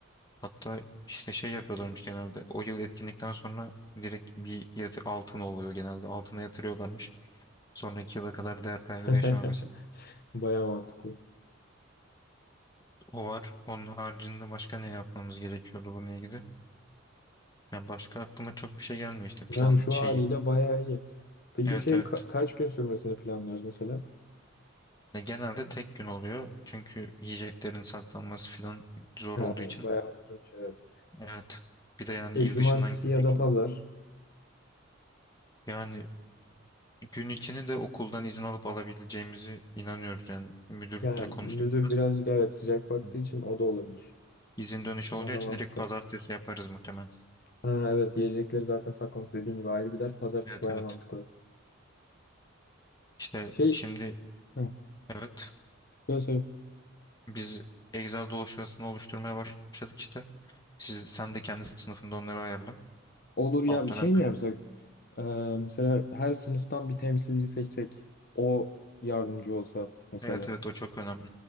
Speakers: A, on the left; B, on the left.
A: hatta işte şey yapıyorlarmış genelde o yıl etkinlikten sonra direkt bir yatı, altın oluyor genelde altına yatırıyorlarmış. Sonraki yıla kadar değer kaybı
B: <laughs>
A: yaşamaması.
B: Baya mantıklı.
A: O var. Onun haricinde başka ne yapmamız gerekiyordu bununla ilgili? Yani başka aklıma çok bir şey gelmiyor işte plan
B: Yani şu
A: şeyi.
B: haliyle baya iyi. Peki
A: Evet
B: şey
A: evet.
B: ka- kaç gün sürmesini planlıyoruz mesela?
A: Ya genelde tek gün oluyor. Çünkü yiyeceklerin saklanması falan zor
B: Ha,
A: olduğu için.
B: baya uzun iş evet.
A: Evet. Bir de yani
B: Şey
A: il
B: cumartesi
A: dışından gelecek
B: ya da
A: çoğu.
B: pazar.
A: Yani gün içini de okuldan izin alıp alabileceğimizi inanıyoruz yani. Müdürle
B: Yani
A: konuştuk
B: müdür
A: biraz.
B: birazcık evet sıcak baktığı
A: Hı.
B: için o da olabilir.
A: İzin dönüşü olacağı
B: O da
A: için
B: mantıklı.
A: direkt pazartesi yaparız muhtemelen.
B: Ha, evet yiyecekleri zaten saklaması dediğin gibi ayrı bir dert. Pazartesi
A: Evet
B: baya
A: evet.
B: mantıklı.
A: İşte
B: Şey
A: şimdi
B: Hı.
A: evet
B: söyle söyle.
A: biz Excel dosyasını oluşturmaya başladık işte. Siz, sen de kendi sınıfında onları ayarla.
B: Olur ya
A: Alt
B: bir
A: dönemde
B: şey mi yapsak? Ee, mesela her sınıftan bir temsilci seçsek. O yardımcı olsa mesela.
A: Evet evet o çok önemli.